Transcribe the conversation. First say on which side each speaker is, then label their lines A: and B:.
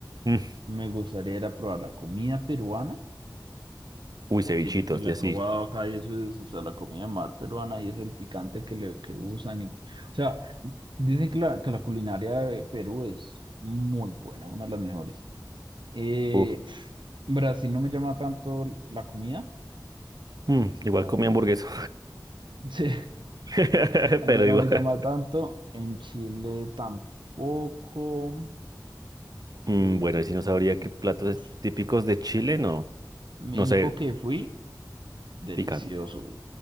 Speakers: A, on the right; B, on the right.
A: Mm,
B: Me gustaría ir a probar la comida peruana,
A: Uy,
B: porque
A: cevichitos,
B: yo pues la
A: de
B: he
A: así.
B: probado acá y eso es, o sea, la comida mar peruana y eso, el picante que, le, que usan. Y, o sea, dicen que la, que la culinaria de Perú es muy buena, una de las mejores. Eh,
A: Uf.
B: Brasil no me llama tanto la comida,
A: Mm,
B: sino...
A: igual comí hamburguesa.
B: <laughs> Sí.
A: <laughs>
B: Allá
A: Pero
B: no
A: igual.
B: me llama tanto. En Chile tampoco.
A: Mm,
B: Eh,
A: bueno, y si no
B: em,
A: sabría qué platos
B: uf,
A: típicos de Chile, no.
B: México
A: No sé,
B: que fui, delicioso.
A: picante.